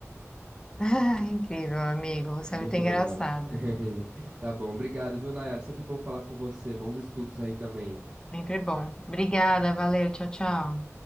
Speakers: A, on the left (about 15°); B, on the right (about 35°).
A: Ah, incrível, amigo. Você
B: Muito
A: é muito engraçado.
B: legal. <laughs> Tá bom, obrigado, viu, Nayara? Sempre bom falar com você. Bons estudos aí também.
A: Sempre bom. Obrigada, valeu, tchau, tchau.